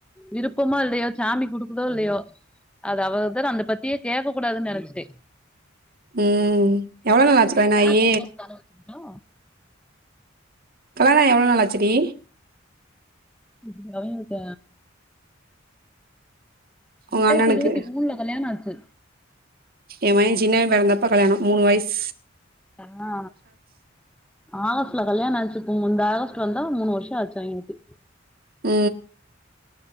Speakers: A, in the centre; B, on the right.
A: விருப்பமோ இல்லையோ சாமி குடுக்குதோ இல்லையோ அது அவ த அந்த பத்தியே கேட்க கூடாதுன்னு நனச்சுடே
B: உ எவ்வள நாலாச்சு கல்யாணாயி
A: என்ன சந்தோஷத்தால வச்சுக்கிட்டோ
B: கல்யாணாயி எவ்ளோ ந நாளச்சுடி
A: இது அவங்கக்க
B: உங்க
A: ரெண்டாயிரத்தி
B: அண்ணனுக்கு
A: இருபத்தி மூணுல கல்யாணோ ஆச்சு
B: எ மயே சின்னவே பெறந்தப்ப கல்யாணோ மூணு வயஸ்
A: ஆ ஆகஸ்ட்ல கல்யாணோ ஆச்சு உ இந்த ஆகஸ்ட் வந்தா மூணு வருஷோ ஆச்சு அவங்கல்கு
B: உ